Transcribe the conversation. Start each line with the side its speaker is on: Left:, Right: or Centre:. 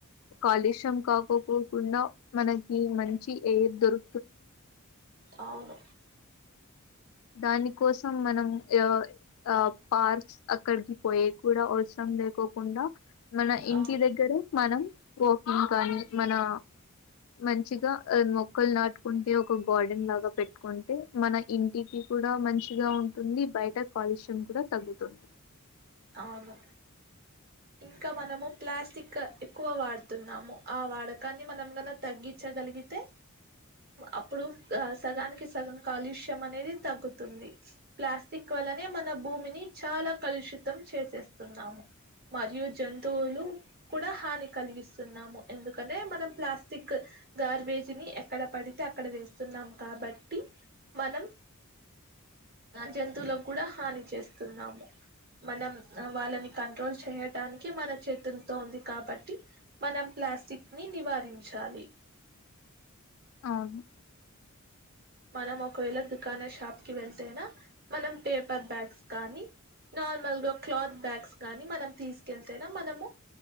Left: కాలుష్యం కాకుకు కుండ మనకి మంచి ఏ ఇద్దరు
Right: అవును
Left: దాని కోసం మనం యో ఆ పార్క్స్ అక్కడికి పోయే కూడా అవసరం లేకోకుండా మన ఇంటి
Right: అవును
Left: దగ్గర మనం వాకింగ్ కానీ మనా మంచిగా అ మొక్కల్ నాటుకుంటే ఒక గార్డెన్ లాగ పెట్టుకుంటే మన ఇ ఇంటిక్ కూడా మంచ్ చిగా ఉంటుంది బయట కాలుష్యం కూడ తగ్గుతుంది
Right: అవును ఇంకా మనము ప్లాస్టిక ఎక్కువ వాడుతున్నాము ఆ వాడకాన్ని మనం గల తగ్గిచ్చగలిగితే అప్ ప్పుడూ ఆ సగానికి సగం కాలుష్యం అనేది తగ్గుతుంది ప్లాస్టిక్ వల్లన్ నే మన భూమిని చాలా కల్షితం చేసేస్తున్నాము మరియు జంతువులూ కూడ హాని కలిగిస్తున్నాము ఎందుకనే మనం ప్లాస్టిక్ గార్బేజ్ నీ ఎర్త్ ఎక్కడ పడితే అక్కడ వేస్ స్తున్నాం కాబట్టి మనం జంతువులకు కూడ హాని చేస్తున్నాము మనం అ వాళ్ళని కంట్రోల్ చేయడానికి మన చేతుల్ ల్లో ఉంది కాబట్టి మనం ప్లాస్టిక్ నీ నివారించాలి
Left: అవును
Right: మనం ఒకవేల దుకాణ షాప్ కి వెళ్తేనా మనం పేపర్ బ్యాగ్స్ కానీ నార్మల్ గో క్లాత్ బ్యాగ్స్ కాని మనం తీసుకెళ్తేనే మనము